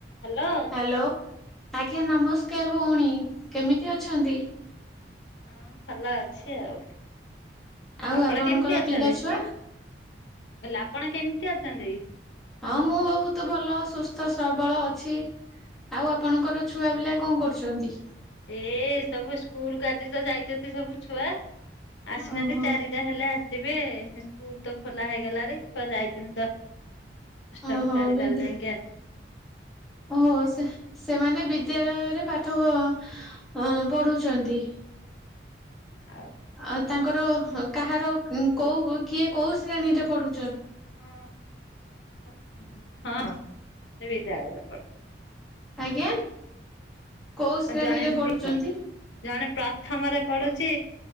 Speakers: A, on the left; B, in the centre.
A: Hello.
B: Hello ଆଜ୍ଞା ନମସ୍କାର ଭୋଉଣୀ କେମିତି ଅଛନ୍ତି?
A: ହଁ ଭଲ ଅଛି ଆଉ।
B: ଆଉ
A: ଆପଣ
B: ଆପଣଙ୍କର
A: କେମିତି ଅଛନ୍ତି
B: ପିଲା
A: ମୁଁ
B: ଛୁଆ
A: କହିଲି ଆପଣ କେମିତି ଅଛନ୍ତି?
B: ହଁ ମୁଁ ବହୁତ ଭଲ ସୁସ୍ଥ ସ୍ରବଳ ଅଛି। ଆଉ ଆପଣଙ୍କର ଛୁଆ ପିଲା କଣ କରୁଚନ୍ତି?
A: ଏ ସବୁ ସ୍କୁଲ କୁ ଆଜି ତ ଯାଇଚନ୍ତି ସବୁ ଛୁଆ। ଆସିନାହାନ୍ତି
B: ଓହୋ
A: ଚାରିଟା ହେଲେ ଆସିବେ। ସ୍କୁଲ ତ ଖୋଲା ହେଇଗଲାଣି ଛୁଆ ଯାଇଛନ୍ତି ଦଶ ଦଶଟାରୁ
B: ଓହୋ
A: ଚାରିଟାରେ
B: ବିଦ
A: ଯାଇଁକି ଆସି
B: ଓହୋ ସେ ସେମାନେ ବି ବିଦ୍ୟାଳୟରେ ପାଠ ବ ଅଁ ପଢୁଚନ୍ତି।
A: ଅଉ
B: ଆ ତାଙ୍କର ହଁ କାହାର ଉଁ କୋଉ କିଏ କୋଉ ଶ୍ରେଣୀରେ ପଢୁ
A: ହଁ ହଁ ସେ ବିଦ୍ୟାଳୟ ରେ ପଢୁ
B: ଆଜ୍ଞା? କୋଉ
A: ଆଉ
B: ଶ୍ରେଣୀରେ
A: ଜଣେ ଦି
B: ପଢୁଚନ୍ତି?
A: ଜଣେ ପ୍ରଥମରେ ପଡୁଚି